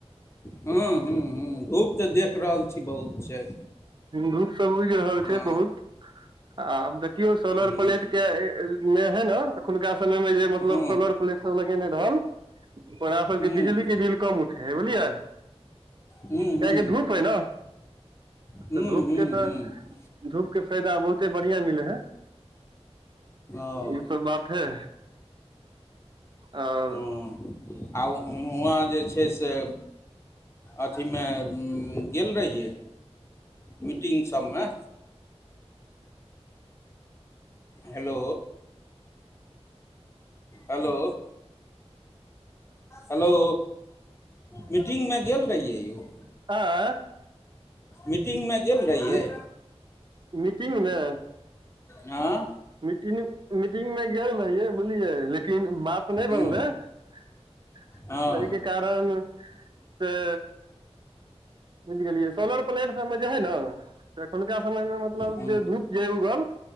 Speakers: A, on the left; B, on the right.
A: हं हू हू धूप त देख रहल छी बहुत छै
B: धुप सब उगि रहल
A: हँ
B: छै बहुत आब देख कियो सोलर
A: हूँ
B: प्लेट के मे है न अखुनका गाँव मे जे मतलब
A: हूँ
B: सोलर प्लेट सब लगेने रहल ओकरा सबके
A: हूँ
B: बिजली के बिल कम उठे है बुझलियै
A: हूँ
B: कियाकि
A: हूँ
B: धूप है न
A: हूँ
B: त धूप
A: हूँ
B: के त
A: हूँ
B: धूप के फायदा बहुते बढ़िआं मिलै हय
A: ओ
B: ई सब बात है और
A: हँ आ हुआँ जे छै से अथी मे गेल रहिये मीटिंग सभ मे हेलो हेलो हेलो मीटिंग मे गेल रहियो यौ
B: आ
A: मीटिंग मे गेल रहियै
B: मी, मीटिंग मे
A: हां
B: मीटिंग मे गेल रहियै बुलियै लेकिन बात नहि
A: हूँ
B: बनलै ताहिके
A: हँ
B: कार न से बुझि गेलियै सोलर प्लेट सब मे जे है न त एखुनका समय मे मतलब
A: हूँ
B: जे धूप जे उगल